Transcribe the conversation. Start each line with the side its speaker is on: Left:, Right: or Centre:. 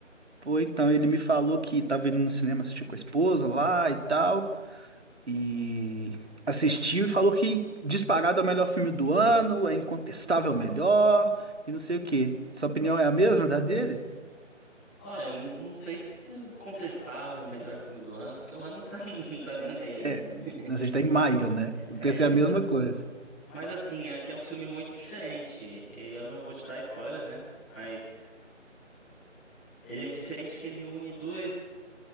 Right: Pô, então, ele me falou que tava indo no cinema assistir com a esposa lá e tal. e assistiu e falou que disparado é o melhor filme do ano, é incontestável o melhor e não sei o quê. Sua opinião é a mesma da dele?
Centre: Olha, eu não sei se o incontestável é o melhor filme do ano, porque o ano não tá, <laughs> não tá nem no meio ainda,
Right: É,
Centre: né? <laughs>
Right: a gente tá em maio, né? Eu
Centre: É,
Right: pensei
Centre: então.
Right: a mesma coisa.
Centre: Mas assim, é que é um filme muito diferente. Eu não vou te dar spoiler, né? Mas ele é diferente porque ele une duas.